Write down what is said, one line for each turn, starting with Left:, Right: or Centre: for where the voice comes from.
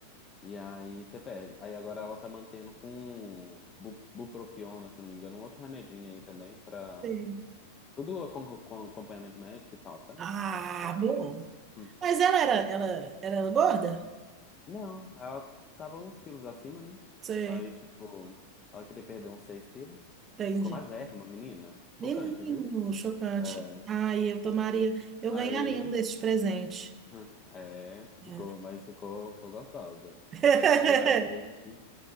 Left: E aí você perde. Aí agora ela tá mantendo com bu- bupropiona, se eu não me engano, um outro remedinho aí também pra
Right: sei.
Left: Tudo com, com acompanhamento médico e tal, sabe?
Right: Ah,
Left: Mas.
Right: bom.
Left: hum,
Right: Mas ela era, ela, era gorda?
Left: Não, ela tava uns quilos acima, né?
Right: Sim,
Left: Aí, tipo, ela queria perder uns 6 quilos.
Right: entendi.
Left: Ficou magérrima, menina.
Right: Menino,
Left: Chocante, viu?
Right: chocante.
Left: É.
Right: Ai, eu tomaria, eu
Left: Aí.
Right: ganharia um desses presentes.
Left: hum, É,
Right: É.
Left: ficou, mas ficou, ficou gostosa.
Right: <laughs>
Left: E aí. <clears throat>